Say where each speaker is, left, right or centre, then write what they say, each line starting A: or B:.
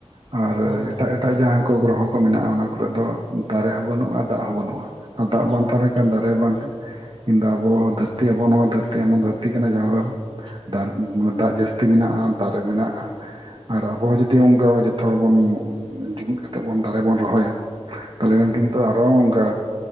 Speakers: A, on the right (about 50°); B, on the right (about 75°).
A: ᱟᱨ
B: ᱵᱟᱝᱜᱮ
A: ᱮᱴᱟᱜ
B: ᱜᱚᱝᱠᱮ
A: ᱮᱴᱟᱜ ᱡᱟᱦᱟᱸ ᱩᱯᱳ ᱜᱨᱚᱦᱚ ᱠᱚ ᱢᱮᱱᱟᱜᱼᱟ, ᱚᱱᱟ ᱠᱚᱨᱮ ᱫᱚ ᱫᱟᱨᱮ ᱦᱚᱸ ᱵᱟᱹᱱᱩᱜᱼᱟ ᱫᱟᱜ ᱦᱚᱸ ᱵᱟᱹᱱᱩᱜᱼᱟ ᱾ ᱟᱨ ᱫᱟᱜ
B: ᱵᱟᱝᱜᱮ
A: ᱵᱟᱝ ᱛᱟᱦᱮᱸᱱ
B: ᱵᱟᱹᱪᱩᱜ
A: ᱠᱷᱟᱱ ᱫᱟᱨᱮ
B: ᱠᱟᱫᱟ
A: ᱵᱟᱝ ᱾ ᱟᱵᱚ ᱫᱷᱟᱹᱨᱛᱤ ᱟᱵᱚ ᱱᱚᱣᱟ ᱫᱷᱟᱹᱨᱛᱤ ᱮᱢᱚᱜ ᱫᱷᱟᱹᱨᱛᱤ ᱠᱟᱱᱟ ᱡᱟᱦᱟᱸ ᱫᱚ ᱫᱟᱜ ᱡᱟᱹᱥ ᱛᱤ ᱢᱮᱱᱟᱜᱼᱟ ᱫᱟᱨᱮ ᱢᱮᱱᱟᱜᱼᱟ ᱾ ᱟᱨ ᱟᱵᱚ ᱦᱚᱸ ᱡᱩᱫᱤ ᱚᱱᱠᱟ ᱡᱚᱛᱚ ᱦᱚᱲ ᱵᱚᱱ ᱡᱩᱢᱤᱫ ᱠᱟᱛᱮ ᱵᱚᱱ ᱫᱟᱨᱮ ᱵᱚᱱ ᱨᱚᱦᱚᱭᱟ ᱾ ᱛᱟᱦᱚᱞᱮ ᱠᱷᱟᱱ
B: ᱦᱳᱭ
A: ᱠᱤᱱᱛᱩ
B: ᱦᱳᱭ
A: ᱟᱨ ᱚᱱᱠᱟ